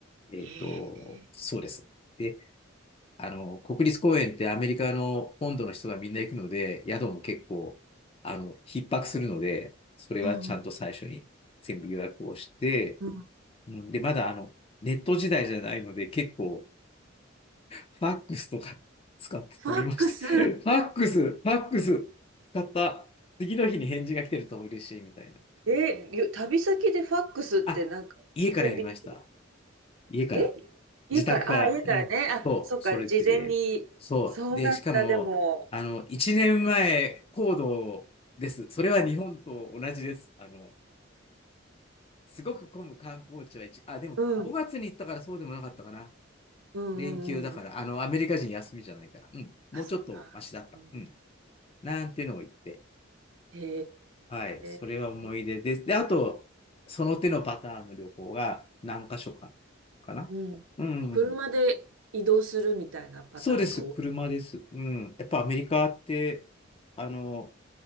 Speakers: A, on the left; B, on the right.
A: えっと、
B: へえ。
A: そうです。であの、国立公園ってアメリカの本土の人がみんな行くので、宿も結構、あの、逼迫するので、それはちゃんと最初に全部予約をして、
B: うんうん。うん
A: うんで、まだあの、ネット時代じゃないので、結構、ファックスとか <laughs> 使って取りました。
B: ファックス。
A: <laughs> ファックス、ファックス使った。次の日に返事が来てると嬉しいみたいな。
B: え、ゆ旅先でファックスってなんかコンビニ、
A: あ、家からやりました。家から、
B: え家から、
A: 自宅から、
B: あ、家からね。
A: うん、
B: あ、
A: そう、
B: そっか、
A: それで、
B: 事前に。
A: そう。
B: そうだった、
A: で、しかも、
B: でも。
A: あの、1年前行動です。それは日本と同じです。あの、すごく混む観光地は一、あ、でも5月に行ったからそうでもなかったかな。
B: うん。うんうんうん。
A: 連休だから、あの、アメリカ人休みじゃないから、うん、もうちょっとマシだった。
B: あ、そっか。うん、
A: うん、なんていうのを言って、
B: へ
A: はい、それは思い出です。
B: え。
A: で、あと、その手のパターンの旅行が何箇所か、かな。
B: うん。
A: うん。
B: 車で移動するみたいなパターンが多
A: そうです、車です。うん。やっぱアメリカって、あの、